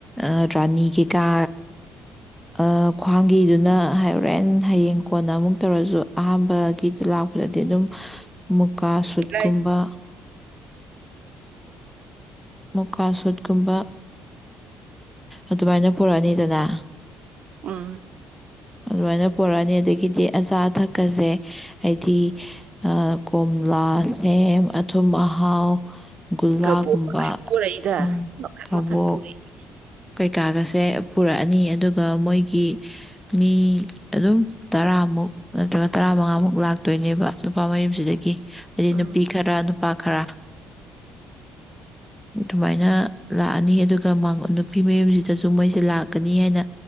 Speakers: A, in the centre; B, on the right (about 50°).
A: ꯑꯥ ꯔꯥꯅꯤ ꯀꯩ ꯀꯥ ꯑꯥ ꯈ꯭ꯋꯥꯡꯒꯤꯗꯨꯅ ꯍꯣꯔꯦꯟ ꯍꯌꯦꯡ ꯀꯣꯟꯅ ꯑꯃꯨꯛ ꯇꯧꯔꯖꯨ ꯑꯍꯥꯝꯕꯒꯤꯗ ꯂꯥꯛꯄꯗꯗꯤ ꯑꯗꯨꯝ
B: <inaudible>
A: ꯃꯨꯀꯥ ꯁꯨꯠ
B: ꯂꯩ
A: ꯀꯨꯝꯕ ꯃꯨꯀꯥ ꯁꯨꯠ ꯀꯨꯝꯕ ꯑꯗꯨꯃꯥꯏꯅ ꯄꯨꯔꯛꯑꯅꯤꯗꯅ
B: ꯎꯝ
A: ꯑꯗꯨꯃꯥꯏꯅ ꯄꯨꯔꯛ ꯑꯅꯤ ꯑꯗꯒꯤꯗꯤ <unintelligible> ꯑꯆꯥ ꯑꯊꯛꯀꯁꯦ ꯍꯥꯏꯗꯤ ꯑꯥ ꯀꯣꯝꯂꯥ ꯁꯦꯝ ꯑꯊꯨꯝ ꯑꯍꯥꯎ ꯒꯨꯜꯂꯥꯒꯨꯝꯕ
B: ꯀꯕꯣꯛꯀ ꯃꯌꯥꯝ ꯄꯨꯔꯛꯏꯗ
A: ꯎꯝ
B: ꯃꯈꯟ
A: ꯀꯕꯣꯛ
B: ꯃꯈꯟ ꯄꯨꯔꯛꯏ
A: ꯀꯩꯀꯥꯒꯁꯦ ꯄꯨꯔꯛꯑꯅꯤ ꯑꯗꯨꯒ ꯃꯣꯏꯒꯤ ꯃꯤ ꯑꯗꯨꯝ ꯇꯔꯥꯃꯨꯛ ꯅꯠꯇ꯭ꯔꯒ ꯇꯔꯥꯃꯉꯥꯃꯨꯛ ꯂꯥꯛꯇꯣꯏꯅꯦꯕ ꯅꯨꯄꯥ ꯃꯌꯨꯝꯁꯤꯗꯒꯤ ꯍꯥꯏꯗꯤ
B: ꯎꯝ
A: ꯅꯨꯄꯤ ꯈꯔ ꯅꯨꯄꯥ ꯈꯔ ꯑꯗꯨꯃꯥꯏꯅ ꯂꯥꯛꯑꯅꯤ ꯑꯗꯨꯒ ꯃꯥꯡꯒꯣꯟꯗꯨ ꯅꯨꯄꯤ ꯃꯌꯨꯝꯁꯤꯗꯁꯨ ꯃꯣꯏꯁꯦ ꯂꯥꯛꯀꯅꯤ ꯍꯥꯏꯅ